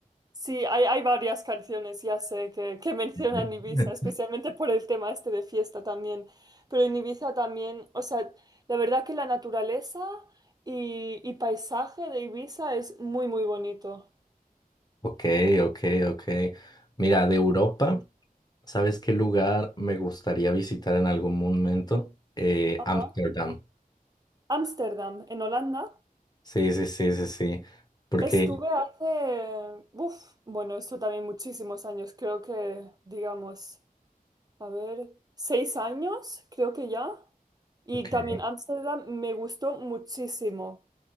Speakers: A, on the right; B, on the left.
A: Sí, hay, hay varias canciones, ya sé, que, que <laughs> mencionan
B: <laughs>
A: Ibiza, especialmente por el tema este de fiesta también. Pero en Ibiza también, o sea, la verdad que la naturaleza y, y paisaje de Ibiza es muy, muy bonito.
B: Ok, ok, ok. Mira, de Europa, ¿sabes qué lugar me gustaría visitar en algún momento? Eh,
A: Ajá.
B: Ámsterdam.
A: Ámsterdam, en Holanda,
B: Sí, sí, sí, sí, sí. sí, Porque,
A: estuve hace, uf, bueno, esto también muchísimos años, creo que, digamos, a ver, seis años, creo que ya. Y
B: ok.
A: también Ámsterdam me gustó muchísimo.